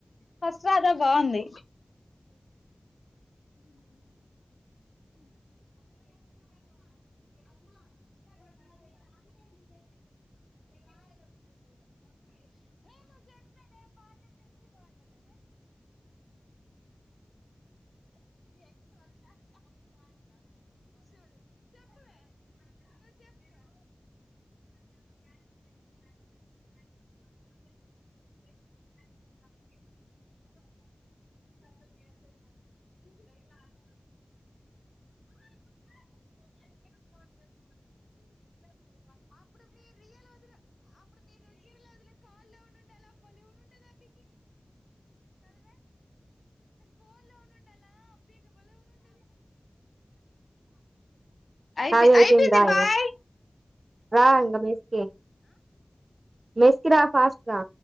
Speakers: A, on the left; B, on the right.
A: ఫస్ట్ రాధా బాగుంది అయిపో
B: నాది అయిపోయింది
A: అయిపోయింది
B: రా
A: బాయ్
B: ఇగ రా ఇంగ మెస్ కి మెస్ కి రా ఫాస్ట్ గా